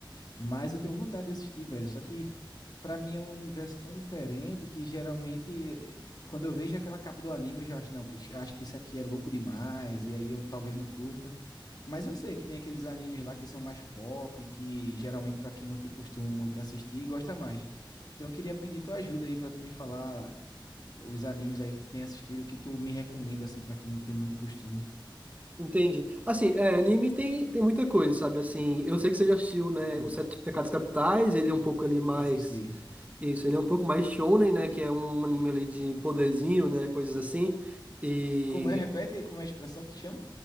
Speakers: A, on the left (about 55°); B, on the right (about 15°).
A: Mas eu tenho vontade de assistir, velho. Só que pra mim é um universo tão diferente que geralmente eh, quando eu vejo aquela capa do anime eu já acho, não, puxa, acho que isso aqui é louco demais e aí eu talvez não curta. Mas eu sei que tem aqueles animes lá que são mais pop, que geralmente para quem não tem costume muito assistir, gosta mais. Então eu queria pedir tua ajuda aí para tu me falar os animes aí que tu tem assistido, que tu me recomenda assim para quem não tem muito costume.
B: Entendi. Assim, é, anime tem, tem muita coisa, sabe? Assim, eu sei que você já assistiu, né,
A: Hum,
B: Os Sete Pecados Capitais, ele é um pouco ali mais...
A: assistir.
B: Isso, ele é um pouco mais shonen, né, que é um anime ali de poderzinho, né, coisas assim. E
A: Como é? Repete, como é a expressão que chama?